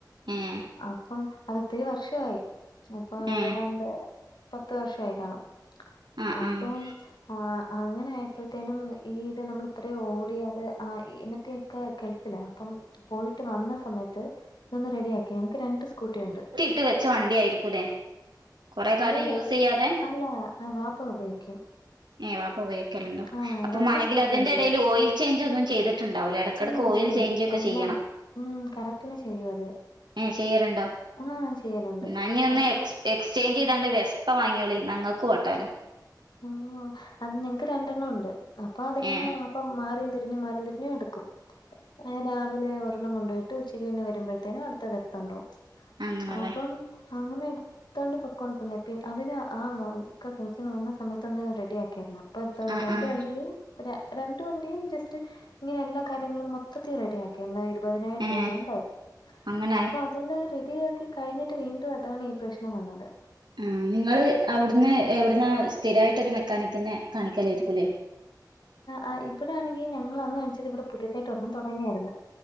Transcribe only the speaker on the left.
അപ്പം അത്ത്തിരി വർഷമായി. ഇപ്പൊ
ഏതാണ്ട് പത്ത് വർഷയി കാണും.
അപ്പം
ആ അങ്ങനെ ആയപ്പോഴത്തേനും ഈ ഇത് നമ്മള് അത്ര ഓടിയ അത് ആ ഇന്നത്തെെയൊക്കെ ഗൾഫിലാ അപ്പം പോയിട്ട് വന്ന സമയത്ത് ഇതൊന്ന് റെഡിയാക്കി നമക്ക് രണ്ട് സ്കൂട്ടി ഉണ്ട്
അത്
അല്ല അ വാപ്പ ഉപയോഗിക്കും
ആഹ്
രണ്ട്
സ്കൂട്ടി
ഉണ്ട്
ചെയ്യും
ചെയ്യും
എല്ലാം
ഉം കറക്ടന് ചെയ്യും അത്
ആഹ് ചെയ്യലുണ്ട്
അത്
ആ അത് ഞങ്ങക്ക് രണ്ടെണ്ണം ഉണ്ട് അപ്പൊ അതങ്ങനെ
ഇപ്പം മാറിം തിരിഞ്ഞും മാറിം തിരിഞ്ഞും ഇട്ക്കും അങ്ങനെ രാ വിലെ ഒരെണ്ണം കൊണ്ടോയിട്ട് ഉച്ചെക്ക് പിന്നെ വെരുമ്പോഴ്ത്തേനും അട്ത്തെത് ഇട്ത്ത് കൊണ്ടോവും
അപ്പം അവനെ എട്ത്താണ്ട് പൊക്കോണ്ട് ഇര്ന്നെ പിൻ അവെൻ ആ വാ ഒക്കെ കഴിച്ചാണ്ട് വന്ന് സമയത്തൊന്ന് റെഡി ആക്കിയായ്ര്ന്നു അപ്പ ഇട്ത്ത
രണ്ട്
വണ്ടിയും ര രണ്ട് വണ്ടിയും ജസ്റ്റ് ഇങ്ങനെ എല്ലാ കാര്യങ്ങളും മൊത്ത ത്തി റെഡി ആക്കി എന്നാ ഇരുപതിനായിരം
രൂപ എങ്ങാണ്ടോ ആയി
അപ്പ ഇതൊന്ന് റെഡി ആക്കി കഴിഞ്ഞ്ട്ട് വീണ്ടും അതാണ് ഈ പ്രശ്നം വന്നെത്
ആ ഇവിടെ ആണെങ്കിൽ ഞങ്ങ നമ്മെൾ അന്ന് കാണിച്ചെത് ഇവെടെ പുതിയെതായിട്ട് ഒരെണ്ണം തൊടങ്ങിയാര്ന്ന്